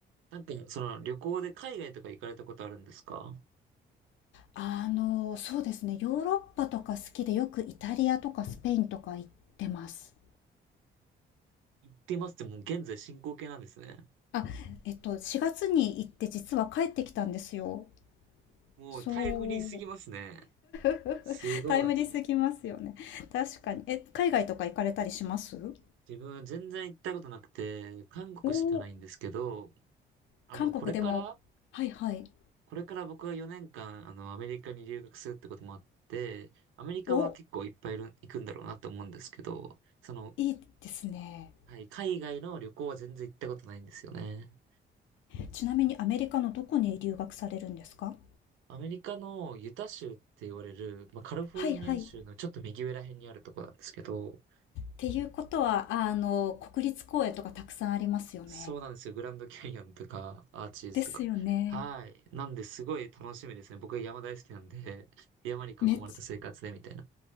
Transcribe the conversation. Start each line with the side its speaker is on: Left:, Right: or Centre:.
Right: なんか、その旅行で海外とか行かれたことあるんですか
Left: あの、そうですね、ヨーロッパとか好きで、よくイタリアとかスペインとか行ってます。
Right: 行ってますってもう現在進行形なんですね。
Left: あ、えっと、4月に行って実は帰ってきたんですよ。
Right: もうタイムリーすぎますね。
Left: そう。<laughs>
Right: すごい。
Left: タイムリーすぎますよね。確かに。え、海外とか行かれたりします
Right: 自分全然行ったことなくて、韓国しかないんですけど、
Left: おおー、
Right: あの、
Left: 韓国でも、
Right: これから
Left: はいはい。
Right: これから僕は4年間、あの、アメリカに留学するってこともあって、アメリカは結構いっぱいいる行くんだろうなと思うんですけど、
Left: お、
Right: その、
Left: いいですね。
Right: はい、海外の旅行は全然行ったことないんですよね。
Left: ちなみにアメリカのどこに留学されるんですか
Right: アメリカのユタ州って言われる、まあ、カリフォルニア州のちょっと右上ら辺にあるとこなんですけど、
Left: はいはい。っていうことは、あの、国立公園とかたくさんありますよね。
Right: そうなんですよ。グランドキャニオンとか、アーチーズとか。
Left: ですよね。
Right: はい。なんで、すごい楽しみですね。僕は山大好きなんで、山に囲まれた生活でみたいな。
Left: めっち